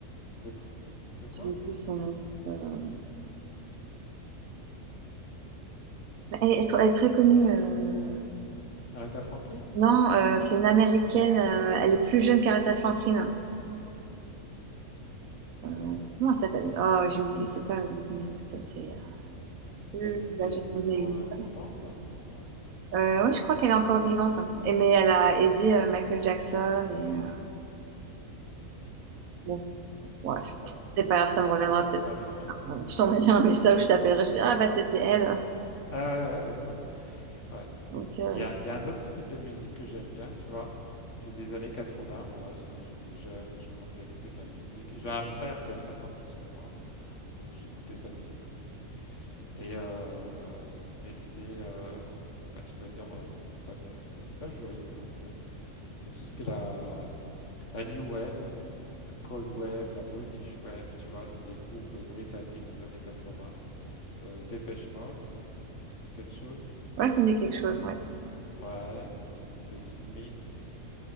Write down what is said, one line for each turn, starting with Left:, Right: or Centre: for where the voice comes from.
Left: De, qu- de quoi?
Right: J'ai oublié son nom. Euh, Elle est, elle est très connue. euh,
Left: Aretha Franklin?
Right: Non, euh, c'est une Américaine. euh, Elle est plus jeune qu'Aretha Franklin. Euh,
Left: Elle
Right: Comment elle s'appelle? Oh, j'ai oublié. C'est pas Whitney Houston, c'est euh,
Left: est plus-
Right: plus
Left: elle
Right: âgée
Left: est
Right: que Whitney
Left: toujours euh,
Right: Houston.
Left: vivante? Ouais.
Right: Euh, ouais, je crois qu'elle est encore vivante. hein. Et, mais elle a aidé euh, Michael Jackson et euh, bon, Ouais.
Left: Bon,
Right: C'est pas grave, ça me reviendra
Left: ok,
Right: peut-être.
Left: ça viendra.
Right: Euh, Je
Left: Ouais.
Right: t'enverrai un message, je t'appellerai, je te ah bah c'était elle.
Left: Ah ouais, ouais, d'accord. Ouais.
Right: Donc, euh,
Left: Il y a, il y a un autre style de musique que j'aime bien, tu vois. C'est des années 80. Bon, là, c'est quand j'étais jeune, je commençais à écouter de la musique. J'ai un frère qui a 50 plus que moi, donc j'écoutais sa musique aussi. Et euh, c- mais c'est, euh, ouais, tu vas dire, euh, non, c'est pas bien parce que c'est pas joyeux en fait. C'est tout ce que la, la New Wave, la Cold Wave, la British Wave, tu vois, c'est les groupes euh, britanniques des années 80. Euh, Dépêche Mode, ça dit quelque chose?
Right: ouais, ça me dit quelque chose, ouais.
Left: Ouais, S- les Smiths.